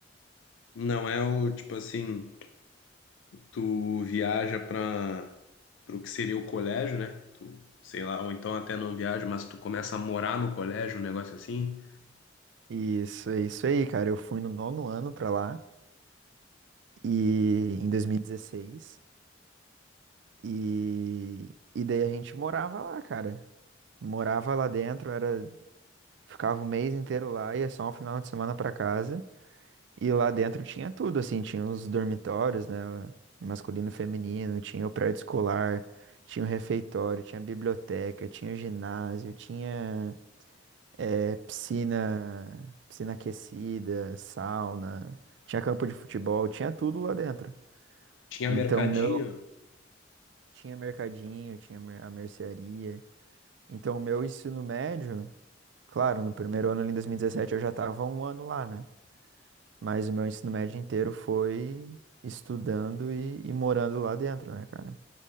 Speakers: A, on the left (about 85°); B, on the right (about 70°).
A: Não é o tipo assim, tu viaja para o que seria o colégio, né? Tu, sei lá, ou então até não viaja, mas tu começa a morar no colégio, um negócio assim.
B: Isso, é isso aí, cara. Eu fui no nono ano pra lá e em 2016 e e daí a gente morava lá, cara. Morava lá dentro, era ficava o mês inteiro lá, ia só um final de semana pra casa. E lá dentro tinha tudo, assim, tinha os dormitórios, né, masculino e feminino, tinha o prédio escolar, tinha o refeitório, tinha a biblioteca, tinha o ginásio, tinha é, piscina, piscina aquecida, sauna, tinha campo de futebol, tinha tudo lá dentro.
A: Tinha
B: Então,
A: mercadinho.
B: o meu tinha mercadinho, tinha mer- a mercearia. Então, o meu ensino médio Claro, no primeiro ano ali em 2017 eu já estava um ano lá, né? Mas o meu ensino médio inteiro foi estudando e, e morando lá dentro, né, cara?